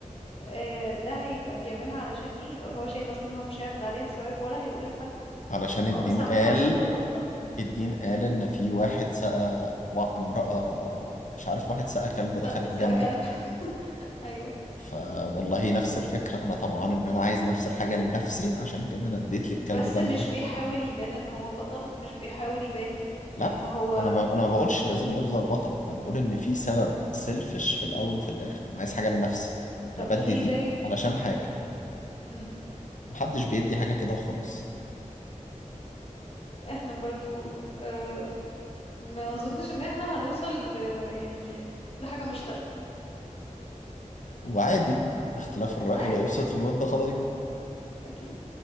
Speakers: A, on the left; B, on the left.
A: آه، ده هيبقى بيعملها علشان إيه لو هو شايف أصلا إن هو مش هياخد عليها ثواب ولا هيقول لحد
B: علشان الدين
A: هو بس عملها
B: قال
A: عشان القطة
B: الدين قال ان في واحد سقى و- امرأة مش عارف واحد سقى كلب
A: ده
B: دخل الجنة
A: سا كلب <laughs> أيوه
B: فوالله نفس الفكرة انا طمعان ان انا عايز نفس الحاجة لنفسي عشان كده انا اديت للكلب
A: بس
B: ده
A: مش
B: الماء
A: بيحاول يبان ان هو بطل مش بيحاول يبان
B: لا
A: ان هو
B: انا ب... انا ما بقولش لازم يفضل بطل انا بقول ان في سبب سيلفش في الاول وفي الاخر انا عايز حاجة لنفسي انا
A: طب
B: بدي
A: ليه
B: دي
A: ده يب...
B: علشان حاجة
A: مم.
B: محدش بيدي حاجة كده وخلاص
A: احنا برضو آم، ما اظنش ان احنا هنوصل ل- يعني لحاجة مشتركة
B: وعادي اختلاف الرأي
A: عادي
B: لا يفسد في الود قضية
A: اكيد